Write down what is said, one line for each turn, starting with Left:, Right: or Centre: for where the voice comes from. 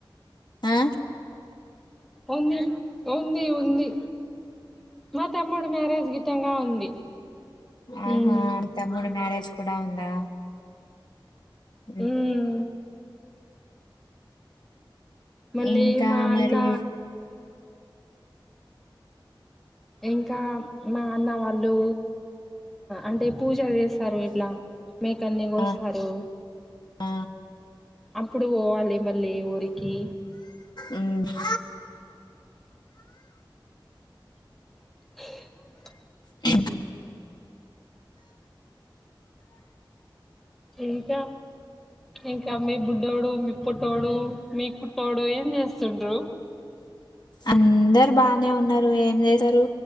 Left: ఆ
Centre: ఉంది ఉంది ఉంది మా తమ్ముడు మ్యారేజ్ గిట్టంగా ఉంది
Left: ఆహా
Centre: ఉమ్
Left: తమ్ముడు మ్యరేజ్ కూడా ఉందా అ
Centre: ఉమ్ మళ్ళీ
Left: ఇంకా
Centre: మా
Left: మరి
Centre: అన్న ఇంకా మా అన్న వాళ్ళు అంటే పూజ వస్తారు ఇట్లా మేకల్ని కోస్తారు
Left: ఆ ఆ
Centre: అప్పుడు పోవాలి మళ్ళీ ఊరికి
Left: ఉమ్,
Centre: <inaudible>
Left: అ
Centre: ఇంకా ఇంకా మీ బుడ్ ట్టోడు మీ పొట్టొడు మీకు తోడు ఏం చేస్తుండ్రు
Left: అందరు బానే ఉన్నారు ఏం చేశారు